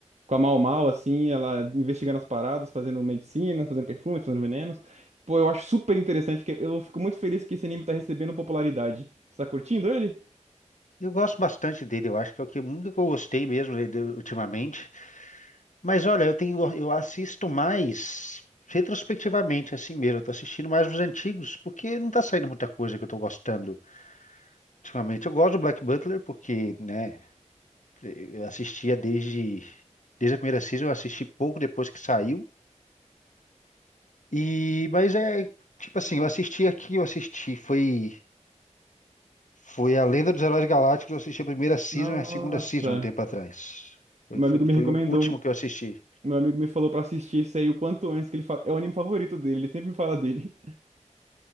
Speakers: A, on the right; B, on the left.
A: com a Mau Mau assim, ela investigando as paradas, fazendo medicina, fazendo perfumes, fazendo venenos. Pô, eu acho super interessante, porque eu fico muito feliz que esse anime tá recebendo popularidade. Você tá curtindo ele?
B: Eu gosto bastante dele, eu acho que é o que nunca que eu gostei mesmo dele ultimamente. Mas olha, eu tenho, eu assisto mais retrospectivamente, assim mesmo. Eu tô assistindo mais os antigos, porque não tá saindo muita coisa que eu tô gostando ultimamente. Eu gosto do Black Butler, porque, né, eu assistia desde, desde a primeira season, eu assisti pouco depois que saiu. E, mas é, tipo assim, eu assisti aqui, eu assisti, foi. Foi a Lenda dos Heróis Galácticos, eu assisti a primeira season
A: Nossa,
B: e a segunda season um tempo atrás. Foi,
A: meu
B: foi-
A: amigo me
B: foi
A: recomendou,
B: o último que eu assisti.
A: meu amigo me falou pra assistir isso aí o quanto antes que ele fala, é o anime favorito dele, ele sempre me fala dele.